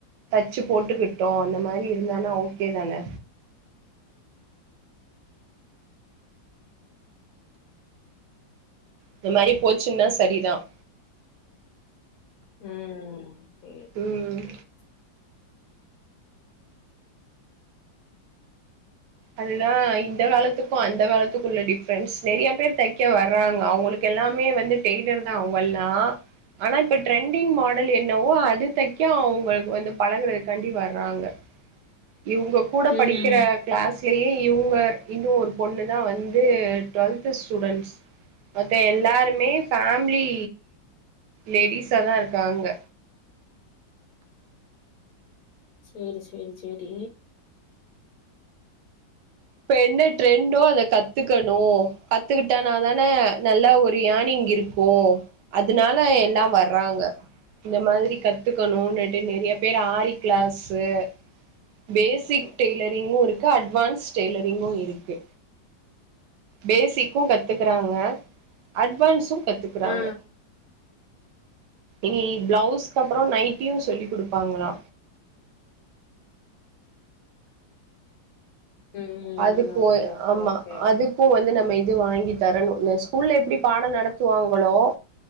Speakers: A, on the right; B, on the left.
A: ச்சு போட்டுக்கிட்டோம் அந்த மாதிரி இருந்தானா ஓகே தானே இந்த மாதிரி போச்சுன்னா சரிதான்
B: ம் சேரி
A: உம்
B: சேரி சேரி
A: அதுதான் இந்த காலத்துக்கும் அந்த காலத்துக்கும் உள்ள டிஃப்ரென்ஸ் நிறைய பேர் தைக்க வர்றாங்க அவங்களுக்கு எல்லாமே வந்து டெய்லர் தான் அவங்கல்லாம் ஆனா இப்ப ட்ரெண்டிங் மாடல் என்னவோ அது தைக்க அவங்களுக்கு வந்து பழகுறதுக்காண்டி வர்றாங்க இவங்க கூட
B: ம்
A: படிக்கிற கிளாஸ் யங்கர் இன்னும் ஒரு பொண்ணுதான் வந்து டுவெல்த் ஸ்டூடன்ஸ் மத்த எல்லாருமே ஃேமிலி லேடிஸா தான் இருக்காங்க
B: சேரி சேரி சேரி
A: இப்ப என்ன ட்ரெண்டோ அத கத்துக்கணும் கத்துக்கிட்டானா தானே நல்லா ஒரு யானிங் இருக்கும் அதனால எல்லாம் வர்றாங்க இந்த மாதிரி கத்துக்கணும்னுுட்டு நிறைய பேரு ஆர கிளாஸ்சு பேசிக் டெய்லரிங்கும் இருக்கு அட்வான்ஸ் டெய்லரிங்கும் இருக்கு பேசக்கும் கத்துக்கறாங்க அட்வான்ஸும் கத்துக்குறாங்க
B: ஆ
A: இனி பிளவுஸ்க்க அப்புறம் நைட்டையும் சொல்லிக் கொடுப்பாங்களா
B: ம்
A: அதுக்கு
B: ஓகே ஓகே
A: ஆமா
B: ஓகே
A: அதுக்கும் வந்து நம்ம இது வாங்கி தரணும் இந்த ஸ்கூல்ல எப்படி பாடம் நடத்துவாங்களோ